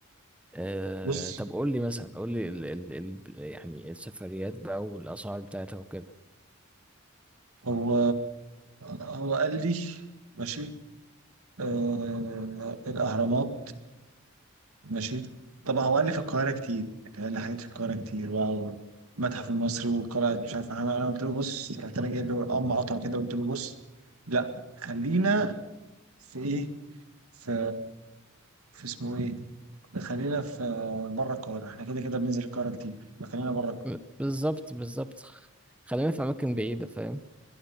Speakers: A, in the centre; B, on the right.
A: آه
B: بص
A: طب قول لي مثلا قول لي ال ال ال يعني السفريات بقى والاسعار بتاعتها وكده
B: هو هو قال لي ماشي آه الأهرامات ماشي طبعا هو قال لي في القاهرة كتير يعني قال لي حاجات في القاهرة كتير بقى والمتحف المصري والقلعة مش عارف أنا أنا قلت له بص رحت أنا جايب له أم قطعة كده قلت له بص لا خلينا في إيه في في اسمه إيه خلينا في بره القاهرة احنا كده كده بننزل القاهرة كتير فخلينا بره القاهرة
A: ب- بالظبط بالظبط خ- خلينا في اماكن بعيده فاهم